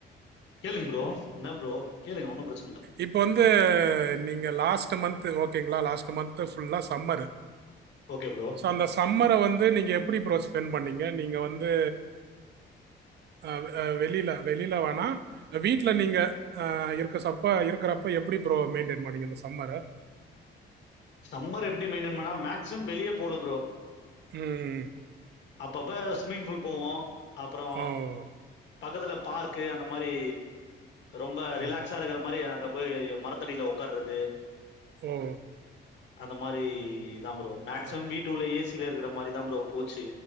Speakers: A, on the left; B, on the right.
A: கேளுங் ப்ரோ னா ப்ரோ கேளுங்க ஒண்ணு பிரச்சனல்ல
B: இப்ப வந்து நீங்க லாஸ்ட்டு மந்த்து ஓகேங்ளா லாஸ்ட்டு மந்த்து ஃபுல்லா சம்மரு
A: ஓகே ப்ரோ
B: சோ அந்த சம்மர வந்து நீங்க எப்பிடி ப்ரோ ஸ்பெண்ட் பண்ணீங்க நீங்க வந்து ஆ வெளியில வெளியில வாணா வீட்ல நீங்க ஆ இருக்க சப்ப இருக்கறப்ப எப்பிடி ப்ரோ மெயின்டெயின் பண்ணீங்க இந்த சம்மர
A: சம்மர் எப்டி மெய்டன் பண்ணா மேக்சிமம் வெளிய போல ப்ரோ
B: ம்
A: அப்பப்ப ஸ்விம்மிங் புல் போவோ அப்பறோ
B: ஓ
A: பக்கத்துல பார்க்கு அந்த மாரி ரொம்ப
B: ஓ
A: ரிலாக்ஸா இருக்கிற மாரி அந்தப் போய் மரத்தடியில உக்காறது
B: ஏ
A: அந்த மாரி இதா ப்ரோ மேக்சிமம்
B: ஓ
A: வீட்டு உள்ள ஏசில இருக்கிற மாரிதா ப்ரோ போச்சு